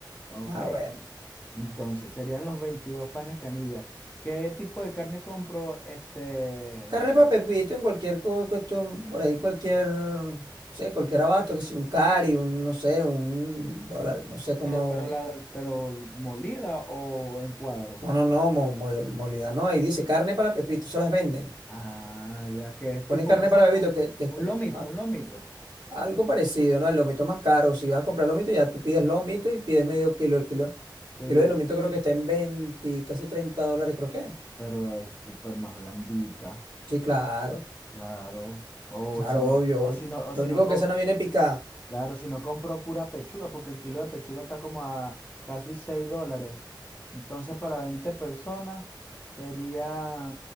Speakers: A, on the left; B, on the right.
A: Ok,
B: Ah, bueno.
A: entonces serían los 22 panes canilla. ¿Qué tipo de carne compro? Este,
B: Carrepa Pepito en cualquier cu- cuestión, por ahí cualquier, no sé, cualquier abasto, que sea un cari, un, no sé, un dólar, no sé cómo,
A: pero, pero, la, pero molida o en cuadro.
B: no, no, no, mo- mo- molida, no, ahí dice carne para Pepito, se las venden.
A: Ah, ya que es
B: Ponen
A: tipo
B: carne
A: un, sol-
B: para Pepito,
A: un,
B: que, que es
A: un
B: como
A: lomito,
B: a-
A: un lomito.
B: algo parecido, ¿no? El lomito es más caro, si vas a comprar lomito, ya tú pides lomito y pides medio kilo, el kilo,
A: Sí,
B: kilo de
A: pe-
B: lomito creo que está en 20, casi 30 dólares, creo que.
A: pero es súper más blandita,
B: Sí, claro,
A: claro. O
B: claro,
A: si no,
B: obvio,
A: o
B: obvio.
A: si no, o
B: Lo
A: si
B: único
A: no, co-
B: que esa no viene picada.
A: Claro, si no compro pura pechuga, porque el kilo de pechuga está como a casi 6 dólares. Entonces, para 20 personas sería